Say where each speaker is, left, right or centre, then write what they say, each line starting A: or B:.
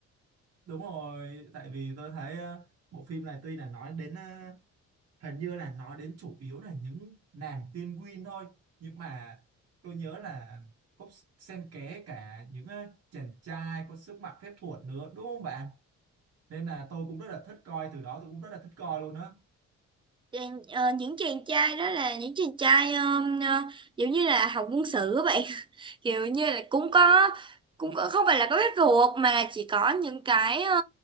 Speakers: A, on the right; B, on the right.
A: Đúng rồi, tại vì tôi thấy ờ, bộ phim này tuy là nói đến ờ, hình như là nói đến chủ yếu là những nàng tiên Win thôi, nhưng mà tôi nhớ là có xen kẽ cả những ờ, chàng trai có sức mạnh phép thuật nữa, đúng không bạn? Nên là tôi cũng rất là thích coi, từ đó tôi cũng rất là thích coi luôn á.
B: Chàng- ờ, những chàng trai đó là những chàng trai um, ờ, giống như là học quân sự các bạn. kiểu như là cũng có cũng có, không phải là có bếp ruột mà là chỉ có những cái ờ,